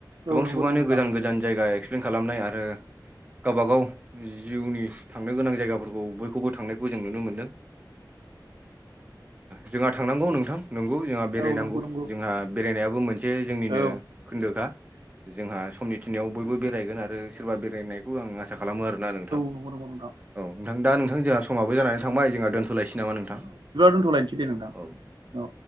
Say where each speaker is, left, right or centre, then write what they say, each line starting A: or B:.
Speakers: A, on the right (about 80°); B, on the right (about 20°).
A: औ
B: गोबां
A: नंगौ
B: सुबुङानो
A: नंगौ नोंथां
B: गोजान गोजान जायगा एक्सप्लेन खालामनाय आरो गावबागाव जिउनि थांनो गोनां जायगाफोरखौ बो खौबो थांनायखौ जों नुनो मोनदों। जोंहा थांनांगौ नोंथां नंगौ जोंहा बेरायनांगौ
A: औ नंगौ नंगौ
B: जोंहा बेरायनायाबो मोनसे जोंनिनो
A: औ
B: खोन्दोगा जोंहा समनि थिनायाव बयबो बेरायगोन आरो सोरबा बेरायनायखौ आं आसा खालामो आरो। ना नोंथां
A: नंगौ नंगौ नोंथां
B: औ नोंथां दा नोंथां जोंहा समाबो जानानै थांबाय जोंहा दोन्थ'लायसै नामा नोंथां?
A: दोन्थ'लायनोसै दे नोंथां
B: औ
A: औ।